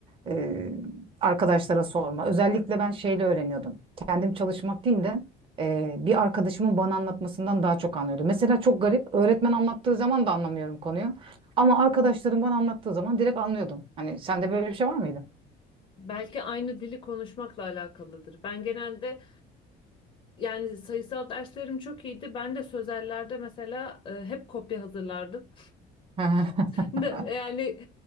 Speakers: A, on the right; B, on the left.
A: e, arkadaşlara sorma. Özellikle ben şeyle öğreniyordum. Kendim çalışmak değil de e, bir arkadaşımın bana anlatmasından daha çok anlıyordum. Mesela çok garip. Öğretmen anlattığı zaman da anlamıyorum konuyu. Ama arkadaşlarım bana anlattığı zaman direkt anlıyordum. Hani sende böyle bir şey var mıydı?
B: Belki aynı dili konuşmakla alakalıdır. Ben genelde yani sayısal derslerim çok iyiydi. Ben de sözellerde mesela e, hep kopya hazırlardım.
A: <laughs>
B: De- Yani